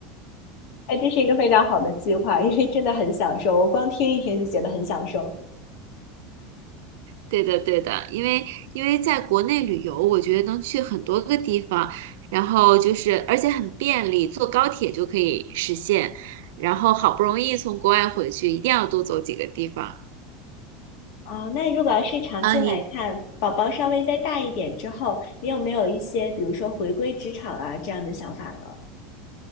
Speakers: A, on the left (about 55°); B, on the right (about 70°).
A: 哎，这是一个非常好的计划，因为真的很享受，我光听一听就觉得很享受。
B: 对的，对的，因为因为在国内旅游，我觉得能去很多个地方，然后就是而且很便利，坐高铁就可以实现。然后好不容易从国外回去，一定要多走几个地方
A: 啊，那如果要是长期来看，
B: 啊！你
A: 宝宝稍微再大一点之后，你有没有一些，比如说回归职场啊这样的想法呢？